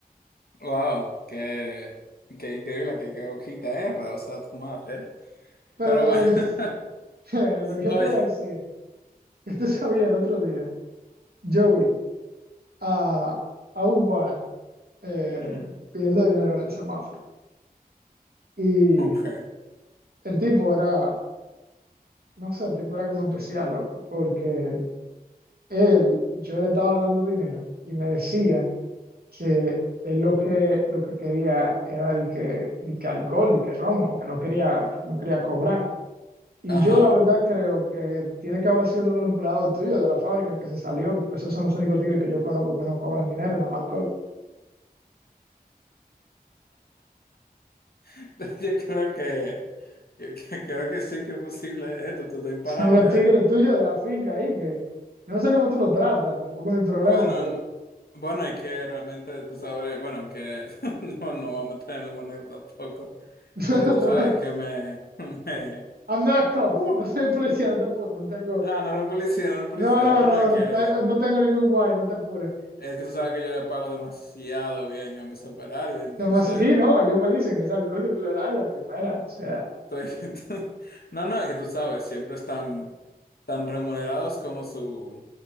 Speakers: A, on the left (about 80°); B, on the right (about 80°).
A: wow, qué, qué increíble, qué, qué hojita, eh, para usar tu madre, eh.
B: Pero
A: Pero
B: mira,
A: bueno,
B: lo que,
A: <laughs>
B: <laughs> lo que yo
A: oye,
B: te voy a decir es que tú sabías el otro día, yo vi a, a un pana eh,
A: ujú,
B: pidiendo dinero en el semáforo. Y
A: ok,
B: el tipo era, no sé, el tipo era como especial, loco, porque Él, yo le estaba dando dinero y me decía que él lo que, lo que quería era de que, de que alcohol, de que romo, que no quería, no quería cobrar. Y
A: ajá,
B: yo la verdad creo que tiene que haber sido uno de los empleados tuyos de la fábrica que se salió, porque esos son los únicos tigres que yo conozco que no cobran dinero, nada más alcohol. <laughs>
A: <laughs> yo creo que, que- que creo que sí que es posible, eh, tú, tú estás imparable
B: Son los tigres
A: hoy.
B: tuyos de la finca ahí, que yo no sé cómo tú los tratas, tampoco es mi problema,
A: Bueno,
B: pero...
A: n- bueno, es que realmente tú sabes, bueno, que <laughs> no, no vamos a meter en humor negro tampoco.
B: <laughs>
A: Pero tú sabes que me, <laughs> me-
B: I'm not a cop,
A: uh.
B: no soy policía, no te apuro, no tengo,
A: Ah, no era un policía, no era un policía.
B: No, no,
A: No,
B: no,
A: no, no, es
B: no,
A: que,
B: ta- no tengo ningún guay, no te apures.
A: es que tú sabes que yo le pago demasiado bien a mis operarios, entonces
B: Nomás, <laughs> sí, no, ellos me dicen que es alcohol que te lo dan de primera, o sea.
A: estoy. <laughs> No, no, es que tú sabes, siempre están tan remunerados como su,